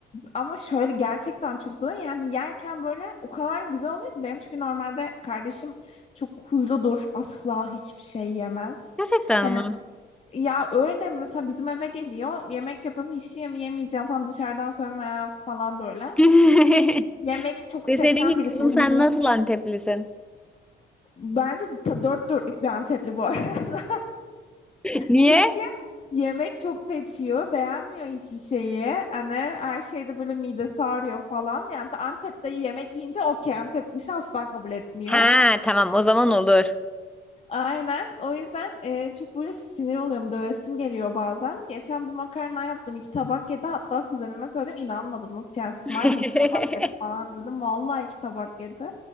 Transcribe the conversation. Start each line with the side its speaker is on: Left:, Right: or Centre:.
Left: Ama şöyle gerçekten çok zor. Yani yerken böyle o kadar güzel oluyor ki benim çünkü normalde kardeşim çok huyludur. Asla hiçbir şey yemez.
Centre: Gerçekten
Left: Hani
Centre: mi?
Left: ya öyle mesela bizim eve geliyor yemek yapıyorum hiç yeme- yemeyeceğim falan dışarıdan söyleme ya falan böyle.
Centre: <laughs>
Left: Çok yemek çok
Centre: Deseydin
Left: seçen
Centre: ki
Left: birisi
Centre: kızım
Left: o huylu.
Centre: sen nasıl Anteplisin?
Left: Bence ta- dört dörtlük bir Antepli bu arada. <laughs>
Centre: <laughs> Niye?
Left: Çünkü yemek çok seçiyor, beğenmiyor hiçbir şeyi. Hani her şeyde böyle midesi ağrıyor falan. Yani Antep'te yemek yiyince okey, Antep dışı asla kabul etmiyor.
Centre: Ha, tamam o zaman olur.
Left: Aynen. O yüzden e, çok böyle sinir oluyorum. Dövesim geliyor bazen. Geçen bu makarna yaptım. iki tabak yedi. Hatta kuzenime söyledim. inanmadı. Nasıl yani Simay
Centre: <laughs>
Left: mı iki
Centre: Evde
Left: tabak yedi falan dedim. Vallahi iki tabak yedi.